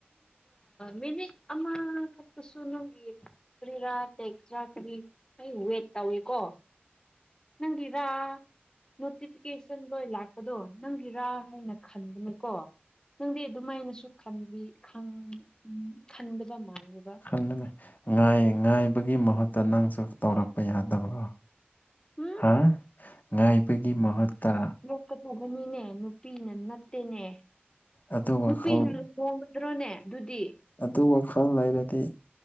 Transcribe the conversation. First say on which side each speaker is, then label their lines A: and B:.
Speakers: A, on the left; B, on the left.
A: ꯃꯤꯅꯤꯛ ꯑꯃ ꯈꯠꯇꯁꯨ ꯅꯪꯒꯤ ꯀꯔꯤꯔ ꯄꯦꯛꯇ꯭ꯔꯥ ꯀꯔꯤ ꯑꯩꯕꯨ ꯋꯦꯠ ꯇꯧꯏꯀꯣ ꯅꯪꯒꯤꯔꯥ ꯅꯣꯇꯤꯐꯤꯀꯦꯁꯟ ꯂꯣꯏ ꯂꯥꯛꯄꯗꯣ ꯅꯪꯒꯤꯔꯥ ꯍꯥꯏꯅ ꯈꯟꯕꯅꯤꯀꯣ ꯅꯪꯗꯤ ꯑꯗꯨꯃꯥꯏꯅꯁꯨ ꯈꯟꯕꯤ ꯈꯟ ꯈꯟꯗꯕ ꯃꯥꯜꯂꯤꯕ
B: ꯈꯟꯕꯅꯦꯏ ꯉꯥꯏ ꯉꯥꯏꯕꯒꯤ ꯃꯍꯨꯠꯇ ꯅꯪꯁꯨ ꯇꯧꯔꯛꯄ ꯌꯥꯗꯕ꯭ꯔꯣ
A: ꯎꯝ
B: ꯍꯥ ꯉꯥꯏꯕꯒꯤ ꯃꯍꯨꯠꯇ
A: ꯆꯀꯗꯕꯅꯤꯅꯦ ꯅꯨꯄꯤꯅ ꯅꯠꯇꯦꯅꯦ
B: ꯑꯗꯨ ꯋꯥꯈꯜ
A: ꯅꯨꯄꯤꯅ ꯂꯨꯍꯣꯡ ꯆꯨꯝꯇ꯭ꯔꯣꯅꯦ ꯑꯗꯨꯗꯤ
B: ꯑꯗꯨ ꯋꯥꯈꯜ ꯂꯩꯔꯗꯤ